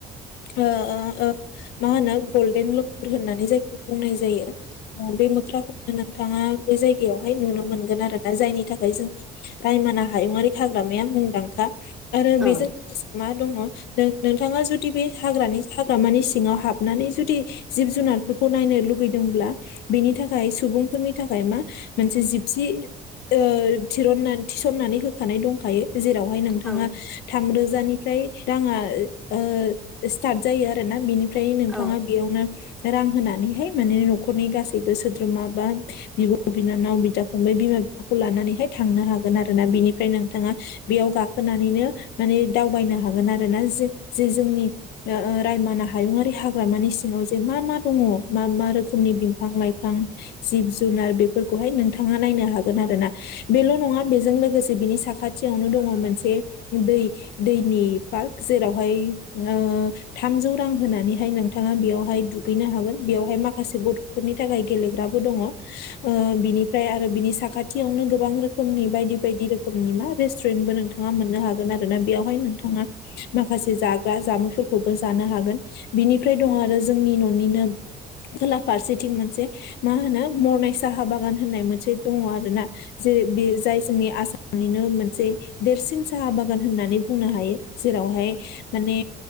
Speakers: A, on the left; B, in the centre.
A: ओ ओ ओ मा होनो गल्डेन ल गुर होननानै जायखौ बुंनाय जायो बे मोख्राखौ नोंथाङा बे जायगायावहाय नुनो मोनगोन आरोना जायनि थाखाय जोंनि रायमना हायुंङारि हाग्रामाया मुंदांखा आरो
B: औ
A: बेजों लोगोसे मा दङ नों नोंथाङा जुदि बे हाग्रानि हाग्रामानि सिङाव हाब नानै जुदि जिब जुनारफोरखौ नायनो लुुबैदोंब्ला बिनि थाखाय सुबुंफोरनि थाखाय मा मोनसे जिबसि ओ थिरननानै थिसननानै होब खानाय दंखायो जेरावहाय नोंथांङा
B: औ
A: थामरोजानिफ्राय रांङा ओ स्टार्ट जायो आरो ना। बिनि फ्राय नोंथांङा
B: औ
A: बेयावनो रां होनानैहाय मान न'खरनि गासैबो सोदो द्रोमा बा बिब' बिनानाव बिदा फंबाय बिमा बिफाखौ लानानैहाय थांनो हागोन आरो ना बिनिफ्राय नोंथांङा बेयाव गाखोनानैनो माने दावबायनो हागोन आरो ना जे जे जोंनि ओ रायमना हायुुंङारि हाग्रामानि सिंङाव जे मा मा दंङ मा मा रोखोमनि बिफां लाइफां जिब जुनार बेफोरखौहाय नोंथांङा नायनो हागोन आरो ना। बेल' नंङा बेजों लोगोसे बिनि साखाथियावनो दंङ मोनसे दैय। दैनि पार्क जेरावहाय ओ थामजौ रां होनानैहाय नोंथांङा दुगैनो हागोन बेयावहाय माखासे गथफोरनि थाखाय गेलेग्राबो दंङ ओ बिनि फ्राय आरो बिनि साखाथियावनो गोबां रोखोमनि बायदि बायदि रोखोमनि मा रेस्टुरेन्टबो नोंथां थांङा मोननो हागोन आरोना बेयावहाय नोंथांङा माखासे जाग्रा जामुंफोरखौबो जानो हागोन। बिनिफ्राय दं आरो जोंनि न'निनो खोला फारसेथिं मोनसे मा होनो मरनाय साहा बागान होननाय मोनसे दंङ आरो ना। जेरै बे जाय जोंनि आसामनिनो मोनसे देरसिन साहा बागान होननानै बुंनो हायो जेरावहाय माने